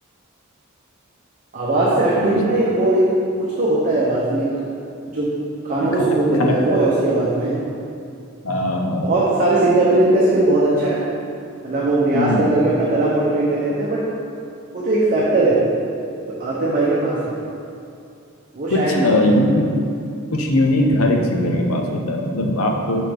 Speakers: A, on the right; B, on the left.
A: आवाज़ से
B: लगता
A: हटके
B: है आज
A: भी ना
B: भी।
A: एक वो एक कुछ तो होता है आवाज़ में एक जो कानों को
B: खनक
A: सुकून देता
B: खनकता
A: है वो
B: है
A: है उसकी आवाज़ में
B: हाँ हाँ
A: बहुत
B: हाँ
A: सारे सिंगर्स हैं जिनका स्किल बहुत अच्छा है मतलब वो रियाज
B: हम्म
A: कर करके अपना गला बहुत ट्रेन कर लेते हैं बट वो जो एक फैक्टर है जो आतिफ भाई के पास है वो
B: कुछ
A: शायद नहीं
B: यूनिक
A: होता
B: कुछ यूनिक हर एक सिंगर के पास होता है मतलब आप